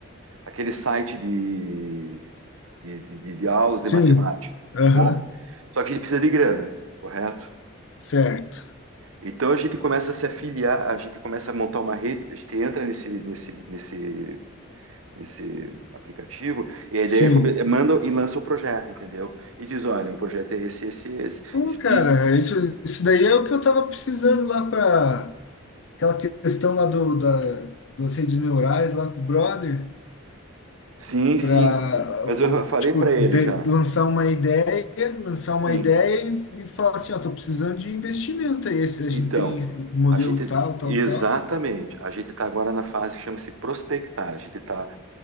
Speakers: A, on the right; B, on the left.
A: aquele site de de, de, de aulas
B: Sim.
A: de matemática,
B: Aham.
A: tá bom? Só que a gente precisa de grana, correto?
B: Certo.
A: Então a gente começa a se afiliar, a gente começa a montar uma rede, a gente entra nesse, nesse, nesse, nesse aplicativo e a ideia
B: Sim.
A: é, é manda e lança o projeto, entendeu? E diz, olha, o projeto é esse, esse, esse,
B: Pô,
A: explica.
B: cara, isso, isso daí é o que eu tava precisando lá para aquela questão lá do, da, do de neurais lá com o brother,
A: Sim, sim.
B: para
A: Mas eu falei
B: tipo,
A: para ele
B: de-
A: já.
B: lançar uma ideia, lançar uma
A: Sim.
B: ideia e, e falar assim, ó, tô precisando de investimento aí, esse- a
A: Então,
B: gente tem o modelo
A: a gente
B: tal, tal,
A: exatamente,
B: tal,
A: a gente está agora na fase que chama-se prospectar. A gente está